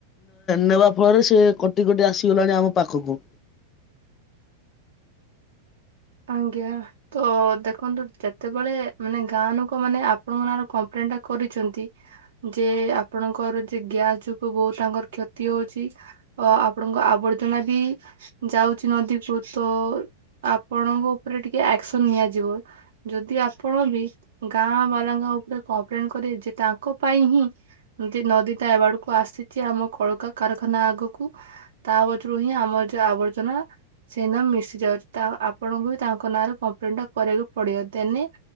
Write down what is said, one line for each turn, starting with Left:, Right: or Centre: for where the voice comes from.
Left: ନେବା ଫଳରେ ସେ କଟି କଟି ଆସିଗଲାଣି ଆମ ପାଖକୁ।
Right: <inaudible> ଆଜ୍ଞା ତ ଦେଖନ୍ତୁ ଯେତେବେଳେ ମାନେ ଗାଁ ଲୋକ ମାନେ ଆପଣଙ୍କ ନାଁ ର କପ୍ଲେ ନ୍ କରିଛନ୍ତି। ଯେ ଆପଣଙ୍କର ଯେ ଗ୍ୟାସ୍ ଯୋଗୁ ବହୁତ୍ ତାଙ୍କର କ୍ଷତି ହଉଛି। ଅ ଆପଣଙ୍କ ଆବର୍ଜନା ବି ଯାଉଛି ନଦୀ କୁ ତ ଆପଣଙ୍କ ଉପରେ ଟିକେ ଆକ୍ସନ ନିଆଯିବ। ଯଦି ଆପଣ ବି ଗାଁ ବାଲାଙ୍କା ଉପରେ କମ୍ପ୍ଲେନ କରେ ଯେ ତାଙ୍କ ପାଇଁ ହିଁ ଯେ ନଦୀ ଟା ଏ ଆଡକୁ ଆସିଛି ଆମ କଳକା କାରଖାନା ଆଗକୁ ତା ପଛରୁ ହିଁ ଆମର ଯଉ ଆବର୍ଜନା ସେଦିନ ମିଶି ଯାଉଛି ତା ଆପଣଙ୍କୁ ବି ତାଙ୍କ ନାଁରେ କମ୍ପ୍ଲେନ ଟା କରିବାକୁ ପଡିବ। ଦେନେ